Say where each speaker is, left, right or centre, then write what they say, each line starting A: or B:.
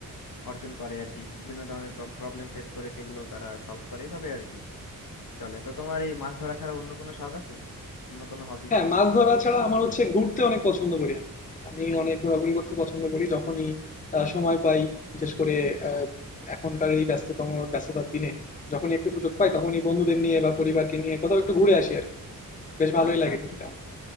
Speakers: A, on the left; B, on the left.
A: অর্জন করে আর কি বিভিন্ন ধরনের প্রবলেম ফেস করে সেগুলো তারা সলভ করে এইভাবে আর কি চলে তো তোমার এই মাছ ধরা ছাড়া অন্য কোনো শখ আছে অন্য কোনো হবি
B: হ্যাঁ, মাছ ধরা ছাড়া আমার হচ্ছে ঘুরতে অনেক পছন্দ করি আমি। আমি অনেক ঘোরাঘুরি করতে পছন্দ করি। যখনই আ সময় পাই, বিশেষ করে আ এখনকার এই ব্যস্ততম ব্যস্ততার দিনে যখনই একটু সুযোগ
A: হ্যাঁ
B: পাই, তখনই বন্ধুদের নিয়ে বা পরিবারকে নিয়ে কোথাও একটু ঘুরে আসি আরকি। বেশ ভালোই
A: আচ্ছা
B: লাগে
A: আচ্ছা
B: ঘুরতে আমার।